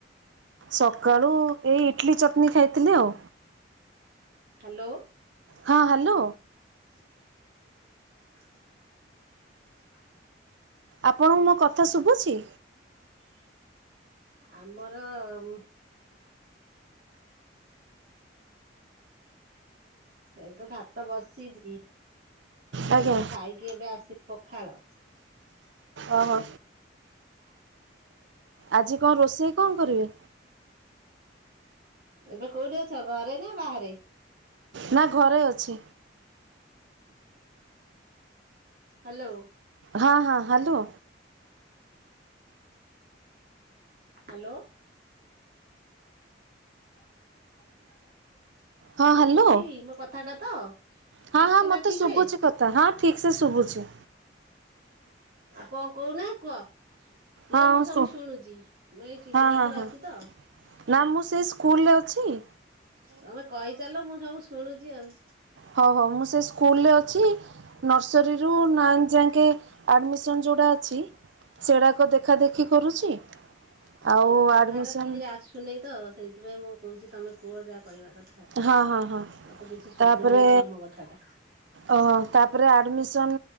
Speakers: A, on the right; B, on the right.
A: ସକାଳୁ ଏଇ ଇଟିଲି ଚଟନୀ ଖାଇଥିଲି ଆଉ।
B: ହାଲୋ।
A: ହଁ ହାଲୋ।
B: <inaudible>
A: ଆପଣଙ୍କୁ ମୋ କଥା ଶୁବୁଚି?
B: ଆମର ଉଂ ଏ ତ ଭାତ ବସିଚି।
A: ଆଜ୍ଞା
B: ମୁଁ ଖାଇକି ଏବେ ଆସି ପଖାଳ।
A: ଓ ହୋ।
B: <inaudible>
A: ଆଜି କଣଁ ରୋଷେଇ କଣଁ କରିବେ?
B: ଏବେ କୋଉଠି ଅଛ ଘରେ ନା ବାହାରେ?
A: ନା ଘରେ ଅଛି
B: ହାଲୋ।
A: ହଁ ହଁ ହାଲୋ।
B: ହାଲୋ? <inaudible>
A: ହଁ
B: ଶୁଭୁଛି
A: ହାଲୋ,
B: ମୋ କଥା ଟା ତ
A: ହଁ
B: ଆସୁଛି
A: ହଁ
B: ନା
A: ମତେ
B: ଠିକ
A: ଶୁବୁଚି
B: ରେ
A: କଥା ହଁ ଠିକ ସେ ଶୁବୁଚି।
B: ଆ କଣ କହୁନ କୁହ? କୁହ
A: ହଁ
B: ମୁଁ ସବୁ
A: ସ୍କ,
B: ଶୁଣୁଛି ମୁଁ ଏଇ ଚୁଲି
A: ହଁ
B: ପାଖରେ
A: ହଁ ହଁ
B: ଅଛି ତ
A: ନା ମୁଁ ସେ ସ୍କୁଲଲେ ଅଛି। କି?
B: ତମେ କହିଚାଲ ମୁଁ ସବୁ ଶୁଣୁ ଚି ଆଉ।
A: ହୋଉ ହୋଉ ମୁଁ ସେ ସ୍କୁଲରେ ଅଛି ନର୍ସରୀରୁୁ ନାଇନ ଯାଏ। କେ ଆଡ଼ମିସନ ଯୋଉଟା ଅଛି ସୋଡାକ ଦେଖା ଦେଖି କରୁଛି ଆଉ
B: ତମ କଥା
A: ଆଡ଼ମିସନ୍
B: ଟା ଠିକ ରେ ଆସୁନି ତ ସେଇଥିପାଇଁ ମୁଁ କହୁଛି ତମେ କୁହ ଯାହା କହିବା କଥା
A: ହଁ ହଁ ହଁ
B: ମତେ କିଛି ଶୁଭୁନି
A: ତାପରେ
B: ତ ତମ କଥା ଟା
A: ଅହଂ ତାପରେ ଆଡ଼ମିସନ୍